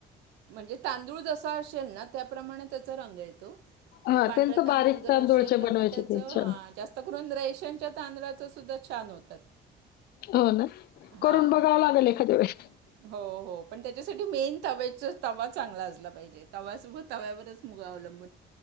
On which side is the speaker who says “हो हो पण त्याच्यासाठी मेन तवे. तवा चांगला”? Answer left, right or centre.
Right